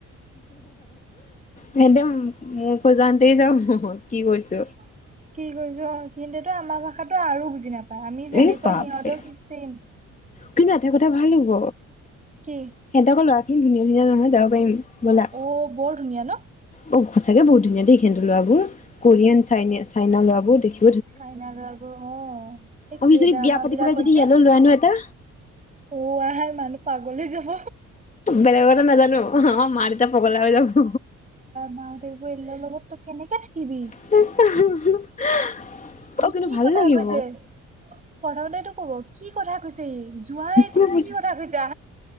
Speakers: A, on the left; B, on the right.
A: সেতেম মুখ খজুৱাতেই যাব কি কৈছে?
B: কি কৈছা? কি কৈছ? কিন্তুটো আমাৰ ভাষাতো আৰু বুজি নাপায় আমি যেনেকুৱা
A: এই বাপৰে
B: সিহঁতেও সি চেইম।
A: কিন্তু এটা কথা ভাল হ'ব
B: কি
A: সিহঁত আকৌ ল'ৰা খিনি ধুনীয়া ধুনীয়া নহয় যাব পাৰিম বলা।
B: অঁ বৰ ধুনীয়া নহ?
A: অ, সঁচাকে বহুত ধুনীয়া দেই সিহঁতৰ লৰাবোৰ কোৰিয়ান চাইনে -চাইনা ল'ৰাবোৰ দেখিও
B: চাইনা লৰাবোৰে অহ, এ
A: আমি
B: কে
A: যদি
B: ড্ৰামা
A: বিয়া পাতি
B: বিলাকত
A: পেলাই যদি
B: যে
A: ইয়ালৈ লৈ আনো এটা
B: অ, আহাই মানুহ পাগলী যাব।
A: বেলেগৰটো নাজানো আমাৰ মা দেউতা পগলা হৈ যাব।
B: মা দেউ <unintelligible> লগত তো কেনেকে থাকিবি?
A: <unintelligible> অ
B: ই
A: কিন্তু
B: কি
A: ভালো
B: কথা
A: লাগিব
B: কৈছে প্ৰথমেইটো ক'ব। কি কথা কৈছে ই জোৱাই
A: একো
B: তুমি
A: বুজ
B: কি কথা কৈছা?